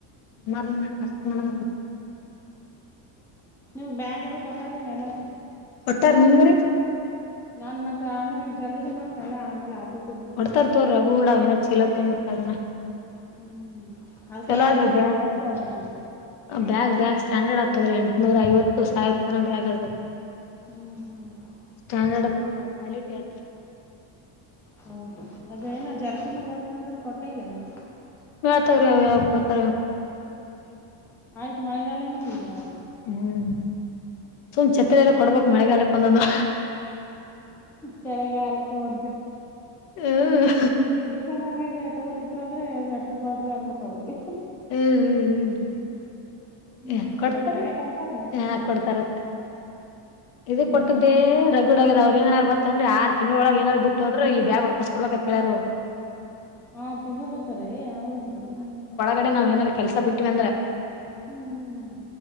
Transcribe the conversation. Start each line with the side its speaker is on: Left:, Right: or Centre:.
Left: ಸುಾರ ನ ನಷ್ಟ ಮಾಡ
Centre: ನೀವವು ಬ್ಯಾಗ್ ಅದು ಕೊಟ್ಟಾರನೆ ಎಲ್ಲಸ
Left: ಹೊಟ್ಟಾರ್ ನೀನ್ ವ
Centre: ನಾನ್ ಮತ್ತೆ ಆಮೇಲೆ ಜಲ್ದಿನೂ ಬಂದ್ನಲ್ಲ ಆಮೇಲೆ ಆಪೀಸ್
Left: ಕೊಡ್ತಾರ ತೋ್ರ ರಗುಡ ಅವಿನ ಚೀಲ ತುಂಬ್ಬಿಟ್ಟಿನ
Centre: ಹ್ಮ್ ಅದ್ಕೆ
Left: ಚಲೋ
Centre: ಯಾದ್ಗಿರ್ಗ್
Left: ಆದ್ರೆ ಬ್
Centre: ಹೋಗ್ಬೇಕ್ ತಗೋಬೇಕ್ ಈಗ
Left: ಬ್ಯಾಗ್ ಬ್ಯಾಗ್ ಸ್ಟ್ಯಾಂಡರ್ಡ್ ಆ ತ್ತ ಎಂಟ್ನೂರ ಐವತ್ತು ಸಾವಿರ ತನ ಬೇಗ ಆರ್ತದೆ
Centre: ಹ್ಮ್ ಹ್ಮ್
Left: ಸ್ಟಾಂಡಡ್ ಪಾಲಿ ಯೇಟರ್
Centre: ಹೌದು ಅದೇಏನ ಜರ್ಸಿನ ಕೊಡ್ಸನಂದ್ರ ಕೊಟ್ಟ ಇಲ್ಲ ಏನ
Left: ಯಾವ ಯಾವ ಕೊಡ್ತಾರೆ
Centre: ಆಯ ಸಮಳೆಗಾಲನು ಮಲ್ದ
Left: ಹ್ಮ್ ಸುಮ್ ಛತ್ರೆ ಎರ ಕೊಡ್ಬೇಕಕ್ ಮಳೆಗಾಲಕ್ಕೆ ಒಂದೊಂದು
Centre: ಚೆರಗ ಅಲಕ್ಕ ಒ
Left: ಹ್ಮ್
Centre: ಈಗ ಡಿಸೆಂಬರ್ನಾಗ ವ್ರ ಇಟ್ರ ಆದ್ರೆ ಎಟ್ರ ಕೊಡ್ರಿ ಅನ್ಮತ್ ಅವ್ರಿಗೆ
Left: ಹ್ಮ್ ಹ್ಮ್ ಹ್ಮದು
Centre: ಹ್ಮ್
Left: ಹ ಕೊಡ್ತಾರೀ
Centre: ಒಂದೊಂದ್ ಕಡೆ ಕೊಡ್ತಾರ
Left: ಹ ಕೊಡ್ತಾರತ್ತ ಇದು ಕೊಟ್ಟದ್ದೇ
Centre: ಏನ್ ಮಾಡ್ತಾರ
Left: ರಗಡ ಆಗದ ಅವ್ರರು ಏನಾದಾರು ಗೊತ್ತನ್್ರರಿ ಆರು ತಿಂಗಳೊಳಗೆ ಏನಾರು ಬಿಟ್ಟ ಹೋದ್ರ ಈ ಬ್ಯಾ ವಾಪಸ್ ಕೊಬೇಕ ಅಂತ ಹೇಳ್ಯಾರ ಅವರು
Centre: ಆರ್ ತಿಂಗಬೇಕಕ್ಕ್ರೀ ಹೌದ್ರಿ ಹ
Left: ಕಡೆ ನಾವ್ ಏನಾದಾರ ಕೆಲ್ಸ ಬಿಟ್ವಿ ಅಂದ್ರೆ
Centre: ಹ್ಮ್ ಹ್ಮ್